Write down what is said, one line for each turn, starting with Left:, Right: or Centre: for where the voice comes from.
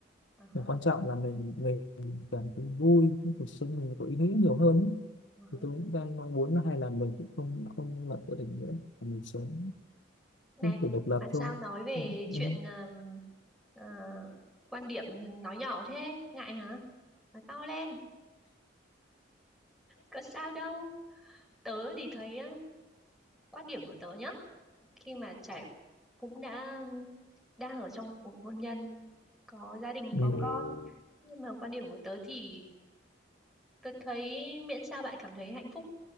Centre: Ờ hả,
Left: Và quan trọng là mình mình cảm thấy vui cái cuộc sống mình có ý nghĩa nhiều hơn ấy.
Centre: ờ hả.
Left: thì tôi cũng đang mong muốn là hay là mình cũng không không lập gia đình nữa Mà mình sống
Centre: Này,
Left: cũng kiểu độc lập
Centre: mà sao
Left: thôi
Centre: nói về
Left: ừ
Centre: chuyện
Left: ừ
Centre: ừm, ờ, quan điểm nói nhỏ thế? Ngại hả? Nói to lên, có sao đâu. Tớ thì thấy ờ, quan điểm của tớ nhá. khi mà trải cũng đã đang ở trong cuộc hôn nhân có gia đình
Left: ừ
Centre: có con nhưng mà quan điểm của tớ thì tớ thấy miễn sao bạn cảm thấy hạnh phúc